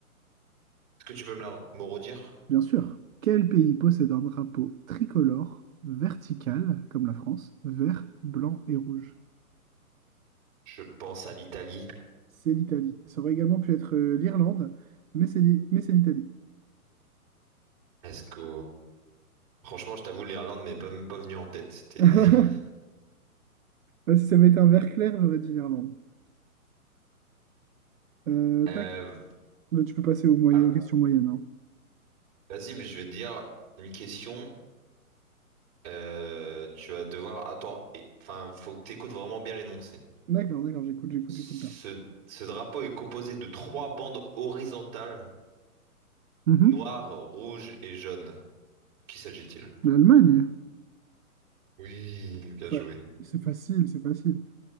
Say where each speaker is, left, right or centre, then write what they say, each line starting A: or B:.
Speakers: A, on the right; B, on the right.
A: que tu peux me, la- me redire?
B: Bien sûr. Quel pays possède un drapeau tricolore vertical, comme la France, vert, blanc et rouge?
A: Je pense à l'Italie.
B: C'est l'Italie. Ça aurait également pu être euh, l'Irlande, mais c'est l'I- mais c'est l'Italie.
A: Est-ce que... Franchement, je t'avoue, l'Irlande m'est pas- même pas venue en tête. C'était-
B: <laughs>
A: <laughs>
B: Si ça avait été un vert clair, j'aurais dit l'Irlande. Euh,
A: Euh,
B: tac, Mais tu peux passer aux moyen-
A: alors,
B: aux questions moyennes. hein.
A: vas-y, mais je vais te dire une question. Euh, tu vas devoir... Attends, et- enfin, faut que tu écoutes vraiment bien l'énoncé.
B: D'accord, d'accord, j'écoute, j'écoute,
A: Ce...
B: j'écoute bien.
A: ce drapeau est composé de trois bandes horizontales,
B: Mhm.
A: noires, rouges et jaunes. De Qui s'agit-il?
B: L'Allemagne.
A: Oui, bien
B: Fa-
A: joué.
B: c'est facile, c'est facile.